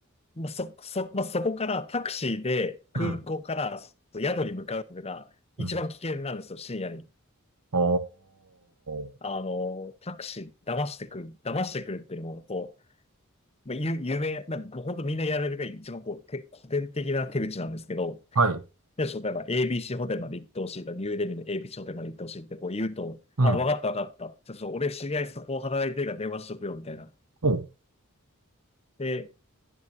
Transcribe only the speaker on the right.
うん。うん。
おー。
はい。
うん。
ほう。